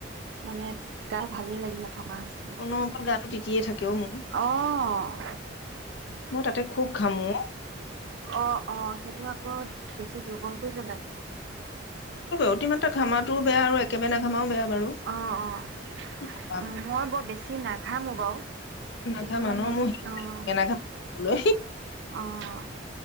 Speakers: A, on the right; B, on the left.
A: মানে গা ভালেই লাগি ন থকা হৈছে
B: অনবৰত গাটো তিতিয়ে থাকেও মোৰ
A: আহ
B: মই তাতে খুব ঘামো অ
A: অ অ সেইটো আকৌ বেছি দুৰ্বল কৰি পেলাই
B: অতিমাত্ৰ ঘামাটোও বে আৰু একেবে ন ঘামাও বেয়া বাৰু
A: অ অ
B: কি কবা
A: উ মই বৰ বেছি নাঘা মোক বাৱ
B: নাঘামা
A: কিন্তু মানে
B: ন মোৰ
A: অ',
B: সেই নাঘামা বলৈ।
A: অ'।